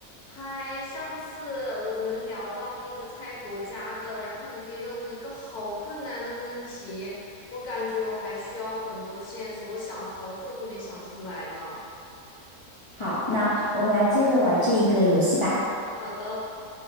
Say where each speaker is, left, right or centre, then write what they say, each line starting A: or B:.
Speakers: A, on the left; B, on the left.
A: 嗨，上次我们聊到那个猜国家的，然后你给了我一个好困难的问题，我感觉我还需要很多线索，我想了好久都没想出来呢。
B: 好，那我们来接着玩这一个游戏吧。
A: 好的，